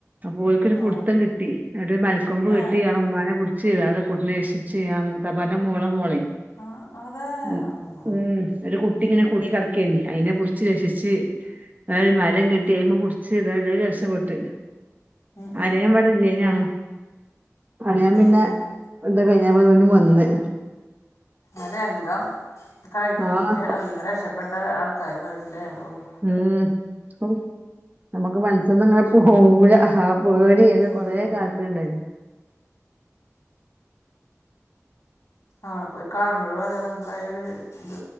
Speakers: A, on the right; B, on the left.
A: അപ്പോൽക്കൊരു
B: ഓ
A: പ്ടുത്തം കിട്ടി ആടെ മൽക്കൊമ്പ് കിട്ടി
B: ഏഹ്
A: അഉമ്മാനെ പിട് ചിലരെ കുട്ടിനേക്ഷിച്ച് ആമൂതാപ്പാന്റെ മോള മോളെ.
B: ആഹ് അതെ
A: ഉ
B: അള്ളാ
A: ഉം ഒര് കുട് ട്ടിങ്ങനെ കുടിങ്ങി കെടക്കേനു അയിനെ പിടിച്ച് രക്ഷിച്ച് മരം കെട്ടി അയിമ രക്ഷപെട്ട്
B: ഉം ഉം
A: ആരേം
B: ഉം
A: വെടെ ഇല്ലേയ്നോ. അണിയാൻ പിന്നെ
B: ആഹ്
A: അത് കഴിഞ്ഞപ്പെതിനു വന്ന്.
B: ഒരംഗം കഴിഞ്ഞ്
A: ആഹ്
B: അതീന്ന് രെക്ഷ പെട്ട ആൾക്കാരാണവരില്ലേ ഓഹ്.
A: ഉം ഹൗ നമുക്ക് മനസിന്ന് ഇങ്ങെനെ പോവൂല. പേടി എനി കൊറേ
B: ഉം
A: കാൽത്തന്ണ്ടായ്നു.
B: ആട പോയി കാണുമ്പോഴും അതെ നമുക്ക് ആഹ് ഒരു ഇത്